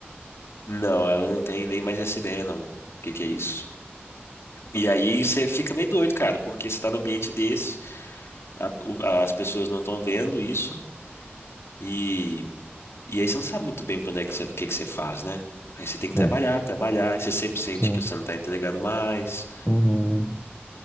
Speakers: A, on the left; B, on the left.
A: Não, ela não tem nem mais essa ideia, não. O que que é isso? E aí você fica meio doido, cara, porque você tá num ambiente desse. a- o- as pessoas não estão vendo isso, e, e aí você não sabe muito bem para onde é que você, o que que você faz, né? Aí você tem que
B: É,
A: trabalhar, trabalhar, e você sempre sente
B: sim.
A: que você não tá entregando mais.
B: Uhum.